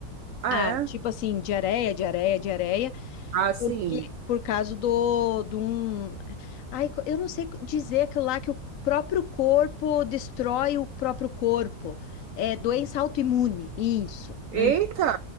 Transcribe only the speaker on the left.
Ah,
tipo assim, diarreia, diarreia, diarreia.
Porque, por causa do, de um. Ai, co- eu não sei dizer aquilo lá que o próprio corpo destrói o próprio corpo. É doença autoimune, isso. Lembra?